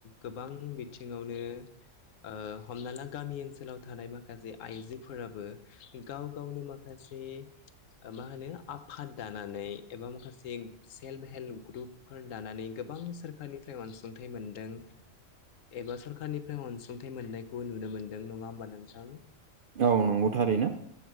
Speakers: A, on the left; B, on the right.
A: गोबां बिथिङावनो ओ हमना ला गामि ओनसोलाव थानाय माखासे आइजोफोराबो गाव गावनो माख खासे मा होनो आफाद दानानै एबा माखासे सेल्फ हेल्प ग्रुप फोर दानानै गोबां सोरखारनिफ्राय अनसुंथाइ मोनदों। एबा सरखारारनिफ्राय अनसुंथाइ मोननायखौ नुनो मोनदों नङा होमबा नोंथां
B: औ नंगौथारै नो